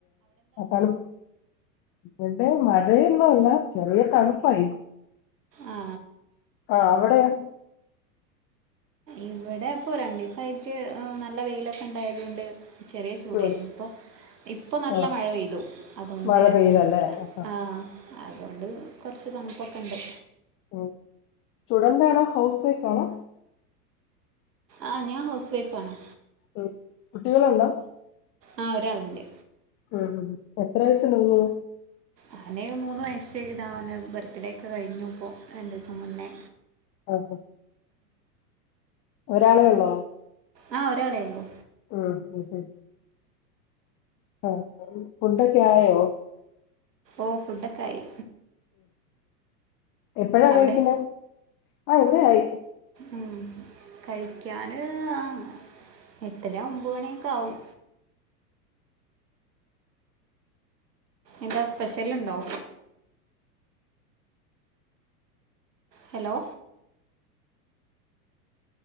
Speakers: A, on the left; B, on the right.
A: ആണ് ഇവിടെ മഴയൊന്നുംല്ല ചെറിയ തണുപ്പായി
B: ആ
A: ആ അവിടെയോ
B: ഇവിടെ അപ്പൊ രണ്ട് ദിവസയിട്ട് നല്ല വെയിലൊക്കെ ഇണ്ടായതുകൊണ്ട് ചെറിയ ചൂടായിരുന്നു
A: ഉം
B: ഇപ്പോ ഇപ്പോ നല്ല
A: ആ
B: മഴ പെയ്തു അതുകൊണ്ട്
A: മഴ <inaudible>
B: ആ അതുകൊണ്ട് കുറച്ച് തണുപ്പൊക്കെ ഉണ്ട്
A: ഉ സ്റ്റുഡന്റ് ആണോ ഹൗസ് വൈഫ് ആണോ
B: ആ ഞാൻ ഹൗസ് വൈഫ് ആണ്
A: ഉ കുട്ടികള് ഉണ്ടോ
B: ആ ഒരാളുണ്ട്
A: ആ എത്രാവയസ്സാവുന്നു
B: അവന് മൂന്ന് വസ്സ് എഴുതാവൻ ബർത്ത്ഡേ ഒക്കെ കഴിഞ്ഞു ഇപ്പോൾ രണ്ടു ദിവസം മുന്നേ
A: ഓ ഒരാളേ ഉള്ളോ
B: ആ ഒരാളേള്ളൂ
A: ആ അത് ശരി ആ ഫുഡൊക്കെ ആയോ
B: ഓ ഫുഡൊക്കെ ആയി
A: എപ്പഴാ കഴിക്കുന്നത്
B: അവിടെ
A: ആ ഇവിടെ ആയി
B: ഉ കഴിക്കാന് ആ എട്ടര ഒമ്പ മണിയൊക്കെ ആവും എന്താ സ്പെഷ്യൽണ്ടോ ഹലോ